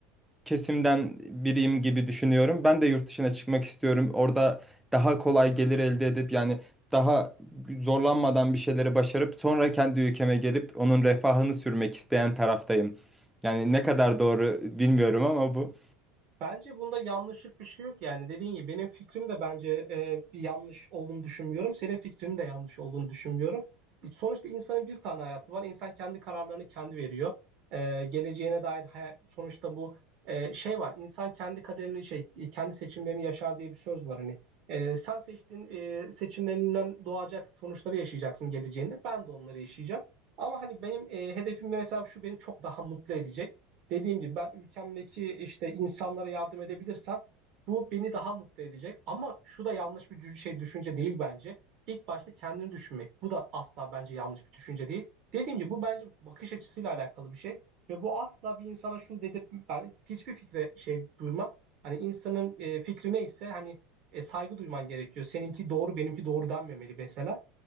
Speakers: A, in the centre; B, on the right.
A: kesimden biriyim gibi düşünüyorum. Ben de yurt dışına çıkmak istiyorum. Orada daha kolay gelir elde edip yani daha zorlanmadan bir şeyleri başarıp sonra kendi ülkeme gelip onun refahını sürmek isteyen taraftayım. Yani ne kadar doğru bilmiyorum ama bu
B: Bence bunda yanlışlık bir şey yok yani dediğin gibi benim fikrim de bence e, bir yanlış olduğunu düşünmüyorum. Senin fikrinin de yanlış olduğunu düşünmüyorum. Sonuçta insanın bir tane hayatı var. İnsan kendi kararlarını kendi veriyor. E, geleceğine dair hayal, sonuçta bu e, şey var. İnsan kendi kaderini şey kendi seçimlerini yaşar diye bir söz var hani. E, sen seçtiğin e, seçimlerinden doğacak sonuçları yaşayacaksın geleceğinde. Ben de onları yaşayacağım. Ama hani benim e, hedefim mesela şu beni çok daha mutlu edecek. Dediğim gibi ben ülkemdeki işte insanlara yardım edebilirsem bu beni daha mutlu edecek. Ama şu da yanlış bir dü- şey düşünce değil bence. İlk başta kendini düşünmek. Bu da asla bence yanlış bir düşünce değil. Dediğim gibi bu bence bakış açısıyla alakalı bir şey. Ve bu asla bir insana şunu dedirtmek ben hiçbir fikre şey duymam. Hani insanın e, fikri neyse hani e, saygı duyman gerekiyor. Seninki doğru benimki doğru denmemeli mesela.